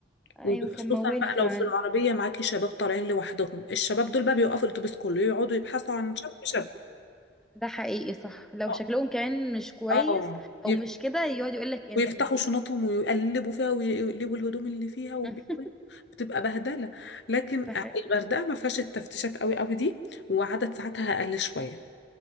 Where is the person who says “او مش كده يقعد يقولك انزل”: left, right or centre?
Centre